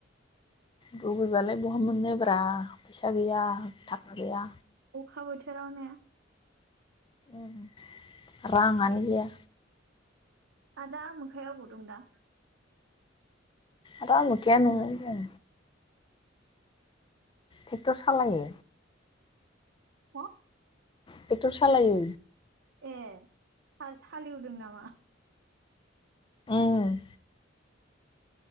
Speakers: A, on the left; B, on the right.
A: लुबैबालाय बहा मोननो ब्रा फैसा गैया गैया
B: अखा बोथोरावनो
A: ओं रांआनो गैया।
B: आदा आमोखाया अबाव दं दा?
A: आदा आमोखाया
B: खालामनो
A: न'आवनो दं। थेक्टर सालायो।
B: हो?
A: टेक्टर सालायो।
B: ए हाल हालेवदों नामा?
A: उम